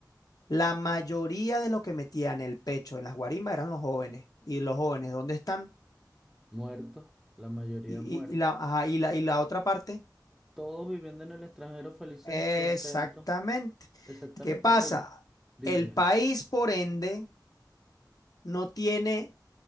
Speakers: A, on the left; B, in the centre.
A: la mayoría de los que metían el pecho en las guarimbas eran los jóvenes. ¿Y los jóvenes dónde están?
B: Muertos, la mayoría
A: Y,
B: muertos.
A: y- y la, ajá, y la, y la otra parte.
B: Todos viviendo en el extranjero felices
A: Exactamente.
B: y contentos. Exactamente,
A: ¿Qué pasa?
B: porque, dime,
A: El
B: dime.
A: país, por ende, no tiene